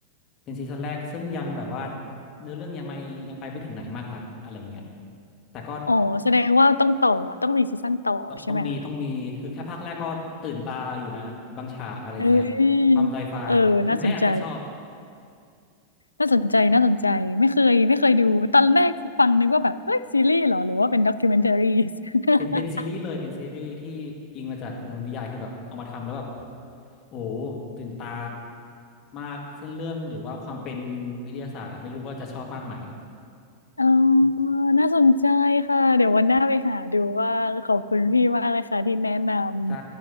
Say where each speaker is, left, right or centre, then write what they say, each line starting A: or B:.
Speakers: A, on the left; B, on the left.
A: เป็นซีซั่นแรกซึ่งยังแบบว่าเนื้อเรื่องยังไม่ยังไปไม่ถึงไหนมากนักอะไรเงี้ยแต่ก็
B: อ๋อแสดงว่าต้องต่อต้องมีซีซั่นต่อใช่ไหมคะ
A: ต้องต้องมีต้องมีคือแค่ภาคแรกก็ตื่นตาอยู่นะบางฉากอะไรเงี้ยความไซไฟคือไม่แน่อาจจะชอบ
B: เอ้ยเออน่าสนใจน่าสนใจน่าสนใจไม่เคยไม่เคยดูตอนแรกฟังนึกว่าแบบเอ้ยซีรีส์เหรอหรือว่าเป็นด็อกิ m e n t a r i e s <laughs>
A: เป็นเป็นซีรีส์เลยเป็นซีรีส์ที่อิงมาจากนวนิยายคือแบบเอามาทำแล้วแบบโอ้ตื่นตามากเส้นเรื่องหรือว่าความเป็นวิทยาศาสตร์อะไม่รู้ว่าจะชอบมากไหม
B: อ๋อน่าสนใจค่ะ เดี๋ยววันหน้าไปหาดูว่างขอบคุณพี่มากเลยค่ะที่แนะนำ
A: <laughs> ใช่